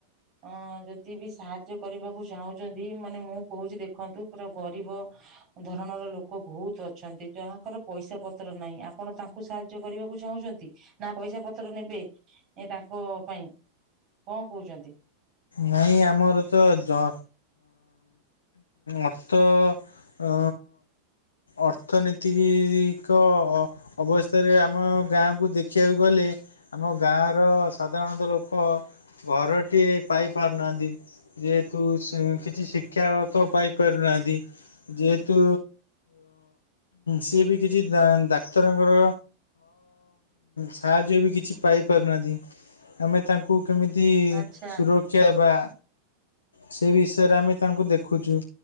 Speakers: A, on the right; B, on the left.
A: ଅ ଯଦି ବି ସାହାଯ୍ୟ କରିବାକୁ ଚାହୁଁଛନ୍ତି ମାନେ ମୁଁ କହୁଛି ଦେଖନ୍ତୁ ପୁରା ଗରିବ ଧରଣର ଲୋକ ବହୁତ ଅଛନ୍ତି ଯାହାଙ୍କର ପଇସା ପତ୍ର ନାହିଁ। ଆପ ଆପଣ ତାଙ୍କୁ ସାହାଯ୍ୟ କରିବାକୁ ଚାହୁଁଛନ୍ତି ନା ପଇସା ପତ୍ର ନେବେ ଏ ତାଙ୍କ ପାଇଁ। କଣ କହୁଛନ୍ତି?
B: ନାଇଁ ଆମର ଜ ଅର୍ଥ ଅ ଅର୍ଥନୀତିକ ଅବସ୍ ଅବସ୍ଥାରେ ଆମ ଗାଁକୁ ଦେଖିବାକୁ ଗଲେ ଆମ ଗାଁର ସାଧାରଣତଃ ଲୋକ ଲୋକ ଘରଟିଏ ପାଇ ପାରୁନାହାନ୍ତି। ଯେହେତୁ ସେ କିଛି ଶିକ୍ଷା ତ ପାଇ ପାରୁନାହାନ୍ତି। ଯେହେତୁ ସିଏ ବି କିଛି ଡା ଡାକ୍ତରଙ୍କର ସାହାଯ୍ୟ ବି କିଛି ପାଇପାରୁନାହାନ୍ତି। ଆମେ ତାଙ୍କୁ କେମିତି
A: ଆଚ୍ଛା
B: ସୁରକ୍ଷା ଦେବା। ସେ ବିଷୟରେ ଆମେ ତାଙ୍କୁ ଦେଖୁଛୁ